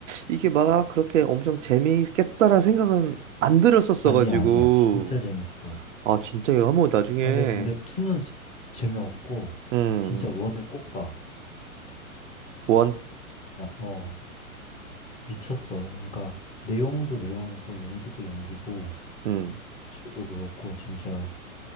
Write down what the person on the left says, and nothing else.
아니야, 아니야. 진짜 재밌어.
아, 근데, 근데 투는 진- 재미없고,
진짜 원을 꼭 봐.
진짜, 어, 미쳤어. 그러니까, 내용도 내용이고, 연기도 연기고,
도 그렇고 진짜